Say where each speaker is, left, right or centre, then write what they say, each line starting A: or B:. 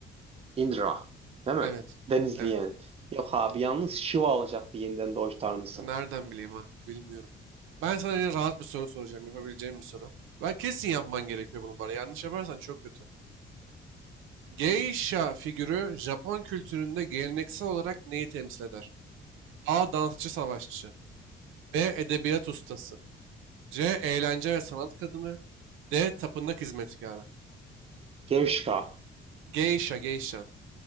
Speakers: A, on the right; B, on the right.
A: Indra. Değil mi?
B: Evet.
A: Denizli
B: Evet.
A: yani. Yok abi yalnız Shiva olacaktı yeniden doğuş tanrısı.
B: Nereden bileyim ha? Bilmiyorum. Ben sana yine rahat bir soru soracağım. Yapabileceğim bir soru. Ben kesin yapman gerekiyor bunu bari. Yanlış yaparsan çok kötü. Geisha figürü Japon kültüründe geleneksel olarak neyi temsil eder? A. Dansçı savaşçı. B. Edebiyat ustası. C. Eğlence ve sanat kadını. D. Tapınak hizmetkarı.
A: Gevşka.
B: Geisha, geisha.